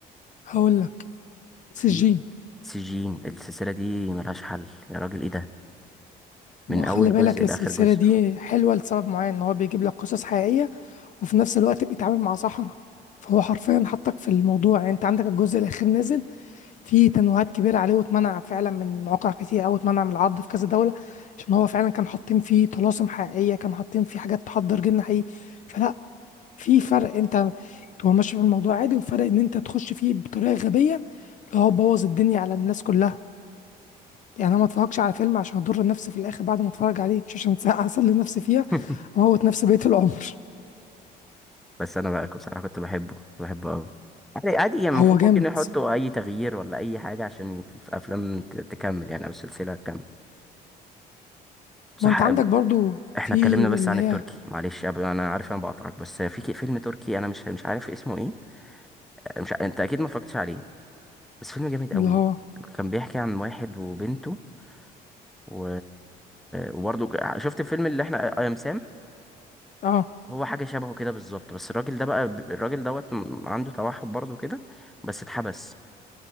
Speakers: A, on the left (about 50°); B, in the centre.
A: هقول لك سجين
B: في سجين السلسلة دي ملهاش حل يا راجل ايه ده
A: ما
B: من أول
A: خلي بالك
B: جزء
A: السلسلة
B: لآخر جزء
A: دي حلوة لسبب معين إن هو بيجيب لك قصص حقيقية وفي نفس الوقت بيتعامل مع سحرة فهو حرفيا حطك في الموضوع يعني أنت عندك الجزء الأخير نزل فيه تنويهات كبيرة عليه واتمنع فعلا من مواقع كتير أو اتمنع من العرض في كذا دولة عشان هو فعلا كان حاطين فيه طلاسم حقيقية كان حاطين فيه حاجات تحضر جن حقيقي فلا في فرق أنت تبقى ماشي في الموضوع عادي وفرق إن أنت تخش فيه بطريقة غبية اللي هو بوظ الدنيا على الناس كلها يعني انا ما اتفرجش على فيلم عشان اضر نفسي في الاخر بعد ما اتفرج عليه مش عشان ساعة اسلي نفسي فيها
B: <laughs>
A: اموت نفسي بقية العمر
B: بس أنا بقى بصراحة كنت بحبه كنت بحبه أوي عادي عادي يعني
A: فهو
B: المفروض
A: جامد
B: ممكن يحطوا أي تغيير ولا أي حاجة عشان يت- في أفلام ت- تكمل يعني أو السلسلة تكمل صح
A: ما انت
B: اب-
A: عندك برضو
B: احنا
A: في
B: اتكلمنا
A: اللي
B: بس عن
A: هي
B: التركي معلش يا أبو- انا عارف انا بقطعك بس في ك- فيلم تركي انا مش مش عارف اسمه ايه مش ع- انت اكيد ما اتفرجتش عليه بس فيلم جامد قوي
A: اللي هو
B: كان بيحكي عن واحد وبنته و... وبرضه ك- شفت الفيلم اللي احنا اي ام سام
A: اه
B: هو حاجة شبهه كده بالظبط بس الراجل ده بقى الراجل دوت م- عنده توحد برضه كده بس اتحبس